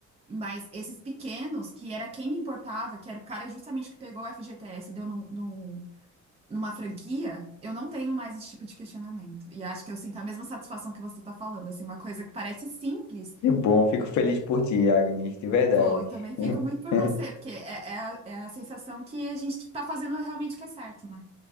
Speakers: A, on the right (about 20°); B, on the left (about 70°).
A: Mas esses pequenos, que era quem me importava, que era o cara justamente que pegou o FGTS e deu no, no- numa franquia, eu não tenho mais esse tipo de questionamento. E acho que eu sinto a mesma satisfação que você está falando, assim, uma coisa que parece simples
B: Que bom, fico feliz por ti, Agnes, de verdade.
A: Pô, eu também fico
B: <laughs>
A: muito por você, porque é, é a, é a sensação que a gente tá fazendo realmente o que é certo, né?